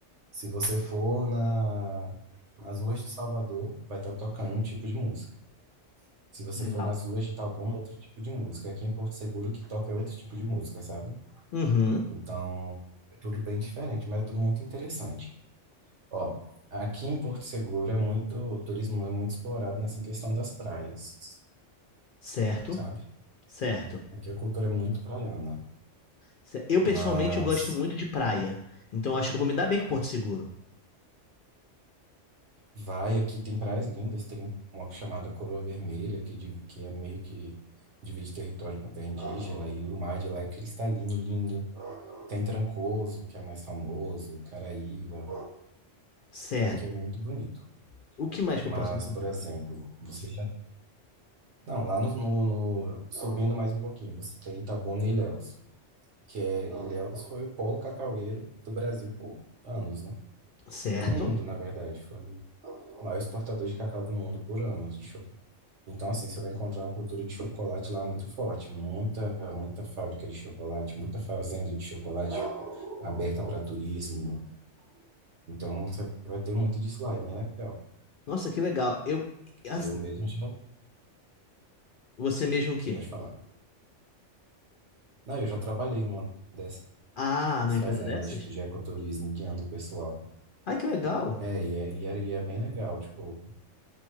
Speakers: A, on the right (about 70°); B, on the left (about 60°).
A: Se você for na, nas ruas de Salvador, vai estar tocando um tipo de música. Se você
B: legal.
A: for nas ruas de Itabuna, é outro tipo de música. Aqui em Porto Seguro, o que toca é outro tipo de música, sabe?
B: Uhum,
A: Então, é tudo bem diferente, mas é tudo muito interessante. Ó, aqui em Porto Seguro é muito, o turismo é muito explorado nessa questão das praias,
B: certo,
A: sabe?
B: certo.
A: Aqui a cultura é muito praiana,
B: Ce- Eu
A: mas
B: pessoalmente eu gosto muito de praia, então acho que eu vou me dar bem com Porto Seguro.
A: Vai, aqui tem praias lindas, tem uma chamada Coroa Vermelha, que, div- que é meio que divide território com terra indígena, e o mar de lá é cristalino, lindo. Tem Trancoso, que é mais famoso, Caraíva,
B: Certo.
A: tá? Aqui é muito bonito.
B: O que mais que
A: Mas,
B: eu posso encontrar?
A: por exemplo, você
B: C-
A: já... Não, lá no, no- no- Subindo mais um pouquinho, você tem Itabuna e Ilhéus, que é... Ilhéus foi o polo cacaueiro do Brasil por anos, né?
B: Certo.
A: Do mundo, na verdade, foi o maior exportador de cacau do mundo por anos, de Então, assim, você vai encontrar uma cultura de chocolate lá muito forte, muita, muita fábrica de chocolate, muita fazenda de chocolate aberta para turismo. Então, você vai ter muito disso lá, é bem legal.
B: Nossa, que legal. Eu as-
A: Eu mesmo já,
B: você mesmo o quê?
A: pode falar. Não, eu já trabalhei numa dessas
B: Ah, numa empresa
A: fazendas,
B: dessas?
A: tipo, de ecoturismo, guiando o pessoal.
B: Ai, que legal.
A: É, e é, e é, e é bem legal, tipo,